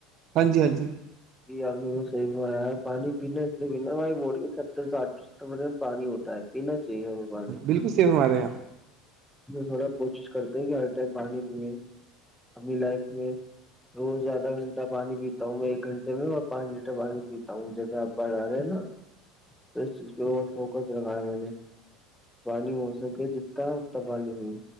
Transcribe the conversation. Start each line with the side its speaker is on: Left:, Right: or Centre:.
Right: ہاں جی ہاں جی
Centre: جیار میر کو صیح میں آایا ہے پانی پینا اس لیے بناا وہائی بوڑیترٹھ ے میں پانی ہوتا ہے پینا چاہیے ہمیں پانی
Right: بالکلیف بو رہے ہیںپ
Centre: تھوڑا کوشش کرتے ہیں کہ ہر ٹائم پانی پیں اپنی لائف میں روز آدھا گھنٹہ پانی پیتا ہوں میں ایک گھنٹے میں اور پانچ لییٹر پانی پیتا ہوں جیسے آپ پڑھا رہے ہیں نا تو اس چیز پہ اور فوکس رکھا ہے میں نے پانی ہو سکے جتتا اتنا پانی بھی